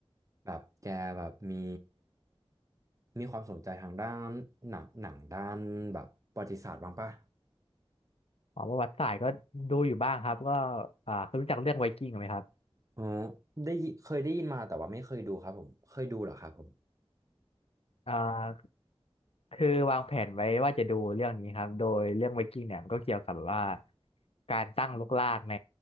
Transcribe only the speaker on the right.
แบบแกแบบมีมีความสนใจทางด้านหนังหนังด้านแบบประวัติศาสตร์บ้างปะ
อ๋อได้ยิเคยได้ยินมาแต่ว่าไม่เคยดูครับผมเคยดูเหรอครับผม